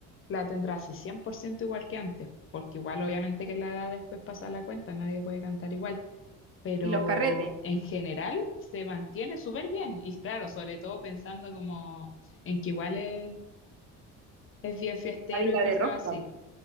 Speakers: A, on the left; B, on the right.
A: la tendrá así 100% igual que antes, porque igual obviamente que la edad después pasa la cuenta, nadie puede cantar igual, pero
B: y los carretes,
A: en general se mantiene súper bien y claro, sobre todo pensando como en que igual es, es bien fiestero
B: la vida
A: y cosas
B: de rock
A: así.